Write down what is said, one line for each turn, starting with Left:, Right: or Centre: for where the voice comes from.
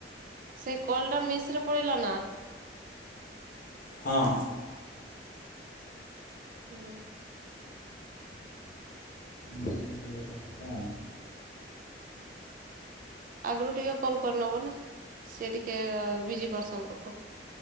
Right: ସେଇ କଲ୍ ଟା ମିସ୍ ରେ ପଳେଇଲା ନା?
Left: ହଁ।
Right: ହୁଁ।
Left: ମିସ୍ ହେଇଗଲା ସେଟା।
Right: ଆଗୁରୁ ଟିକେ କଲ୍ କରିନବ ନା ସିଏ ଟିକେ ବିଜି ପର୍ସନ ଲୋକ।